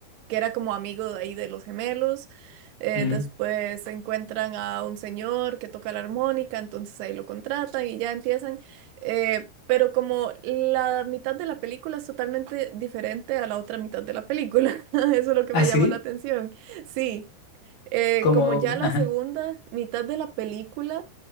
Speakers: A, on the right; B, on the left.
A: que era como amigo de ahí de los gemelos. Eh,
B: Ujú.
A: después encuentran a un señor que toca la armónica, entonces ahí lo contratan y ya empiezan. eh, pero como la mitad de la película es totalmente diferente a la otra mitad de la película, <laughs> eso es lo que
B: ¿Ah,
A: me
B: sí?
A: llamó la atención. Sí, eh,
B: Como,
A: como ya la
B: ajá.
A: segunda mitad de la película